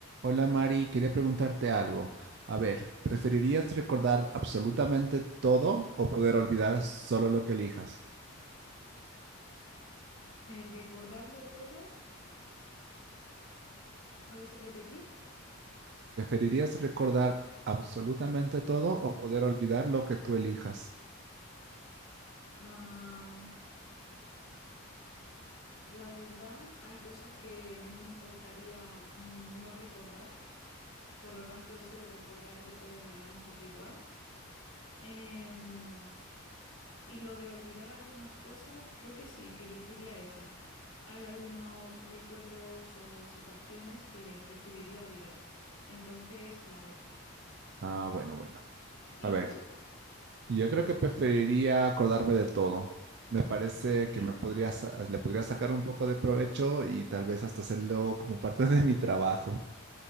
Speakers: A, on the right (about 50°); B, on the left (about 60°).
A: Hola Mari, quería preguntarte algo. A ver, ¿preferirías recordar absolutamente todo o poder olvidar solo lo que elijas?
B: El recordarlo todo, ¿puedes repetir?
A: ¿Preferirías recordar absolutamente todo o poder olvidar lo que tú elijas?
B: Ah, la verdad, hay cosas que no me importaría mm, no recordar, por lo tanto eso de recordarlo todo me da un poco igual. Em, y lo de olvidar algunas cosas, creo que sí, que elegiría eso. Hay algunos recuerdos o situaciones que preferiría olvidar. Entonces, la B.
A: Ah, bueno, bueno.
B: ¿Y
A: A ver,
B: tú?
A: yo creo que preferiría acordarme de todo. Me parece
B: Sí.
A: que me podría, sa- le podría sacar un poco de provecho y tal vez hasta hacerlo como parte <laughs> de mi trabajo.